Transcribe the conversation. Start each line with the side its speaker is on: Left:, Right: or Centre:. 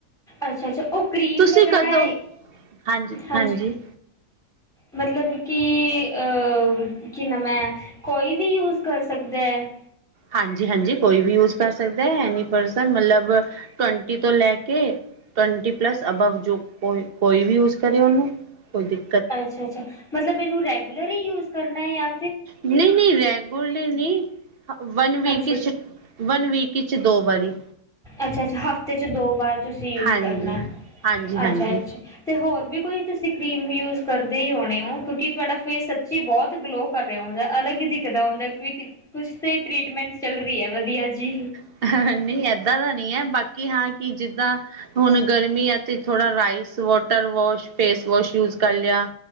Centre: ਅੱਛਾ- ਅੱਛਾ ਉਹ ਕੀਮ
Right: ਤੁਸੀਂ
Centre: ਵਗੈਰਾ
Right: ਕਦੋਂ
Centre: ਐ,
Right: ਹਾਂਜੀ-ਹਾਂਜੀ
Centre: ਹਾਂਜੀ। ਮਤਲਬ ਕਿ ਆ ਕਿ ਨ ਮੈਂ ਕੋਈ ਵੀ ਯੂਜ ਕਰ ਸਕਦਾ ਹੈ?
Right: ਹਾਂਜੀ -ਹਾਂਜੀ ਕੋਈ ਵੀ ਯੂਜ ਕਰ ਸਕਦਾ ਹੈ, ਐਨੀ ਪਰਸਨ ਮਤਲਬ ਟਵੰਟੀ ਤੋਂ ਲੈ ਕੇ ਟਵੰਟੀ ਪਲੱਸ ਅਬਵ ਜੋ ਕੋਈ ਕੋਈ ਵੀ ਯੂਜ ਕਰੇ ਉਹਨੂੰ ਕੋਈ ਦੀਕ
Centre: ਅੱਛਾ -ਅੱਛਾ ਮਤਲਬ ਇਹਨੂੰ ਰੈਗੂਲਰ ਹੀ ਯੂਜ ਕਰਨਾ ਹੈ ਇਆ
Right: ਨਹੀਂ- ਨਹੀਂ ਰੈਗਲਰਲੀ ਨਹੀਂ ਵਨ ਵੀਕ
Centre: ਹਾਂਜੀ
Right: ਵਨ ਵੀਕ ਵਿੱਚ ਦੋ ਵਾਰੀ।
Centre: ਅੱਛਾ -ਅੱਛਾ ਹਫ਼ਤੇ ਚ ਦੋ ਵਾਰ ਤੁਸੀਂ ਯੂਜ
Right: ਹਾਂਜੀ,
Centre: ਕਰਨਾ
Right: ਹਾਂਜੀ-ਹਾਂਜੀ।
Centre: ਅੱਛਾ- ਅੱਛਾ। ਤੇ ਹੋਰ ਵੀ ਕੋਈ ਤੁਸੀਂ ਕਰੀਮ ਯੂਜ ਕਰਦੇ ਹੀ ਹੋਣੇ ਹੋ ਕਿਉਂਕਿ ਤੁਹਾਡਾ ਫੇਸ ਸੱਚੀ ਬਹੁਤ ਗਲੋ ਕਰ ਰਿਹਾ ਹੁੰਦਾ ਅਲੱਗ ਹੀ ਦਿਖਦਾ ਹੁੰਦਾ ਕਿਉਂਕਿ ਕੁਛ ਤੇ ਟੀਟਮੈਂਟ ਚੱਲਹੀ ਵਧੀਆ ਜੀ।
Right: ਹਾ- ਹਾ ਨਹੀਂ ਏਦਾਂ ਦਾ ਨਹੀਂ ਹੈ ਬਾਕੀ ਹਾਂ ਕਿ ਜਿੱਦਾਂ ਹੁਣ ਗਰਮੀ ਹੈ ਤੇ ਥੋੜਾ rice water wash face wash use ਕਰ ਲਿਆ।